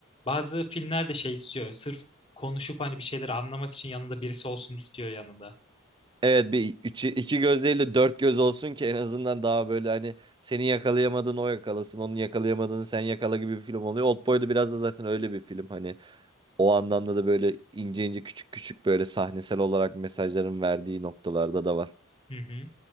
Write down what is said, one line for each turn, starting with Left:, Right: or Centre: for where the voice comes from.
Left: Bazı filmler de şey istiyor. Sırf konuşup hani bir şeyleri anlamak için yanında birisi olsun istiyor yanında.
Right: Evet bir üçü, iki göz değil de dört göz olsun ki en azından daha böyle hani seni yakalayamadığını o yakalasın. Onun yakalayamadığını sen yakala gibi bir film oluyor. Oldboy da biraz da zaten öyle bir film. Hani o anlamda da böyle ince ince küçük küçük böyle sahnesel olarak mesajların verdiği noktalarda da var.
Left: Hı hı.